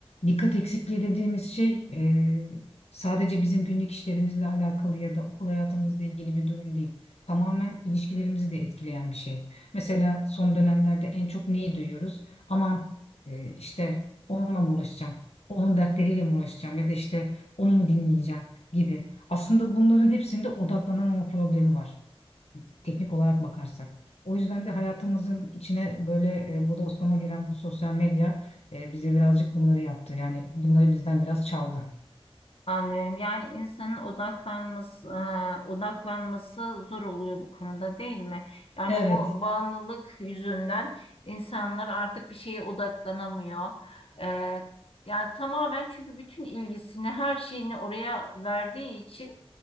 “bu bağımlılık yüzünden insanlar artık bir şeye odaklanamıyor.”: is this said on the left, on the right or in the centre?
Left